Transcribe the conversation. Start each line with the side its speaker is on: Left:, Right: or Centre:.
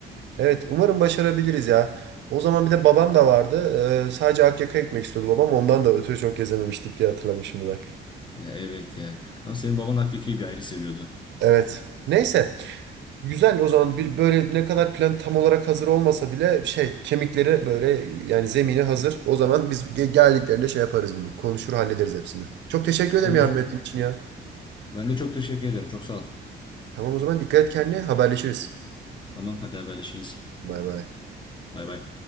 Right: Evet, umarım başarabiliriz ya. O zaman bir de babam da vardı. Eee, sadece Akyaka'ya gitmek istiyordu babam. Ondan da ötürü çok gezememiştik diye hatırladım şimdi bak.
Left: Ya evet ya. Ama senin baban hakiki bir ayrı seviyordu.
Right: Evet. Neyse. Güzel o zaman bir böyle ne kadar plan tam olarak hazır olmasa bile şey kemikleri böyle yani zemini hazır. O zaman biz ge- geldiklerinde şey yaparız bunu. Konuşur hallederiz hepsini. Çok teşekkür ederim
Left: Konuşuruz.
Right: yardım ettiğin için ya.
Left: Ben de çok teşekkür ederim. Çok sağ ol.
Right: Tamam o zaman dikkat et kendine haberleşiriz.
Left: Tamam hadi haberleşiriz.
Right: Bay bay.
Left: Bay bay.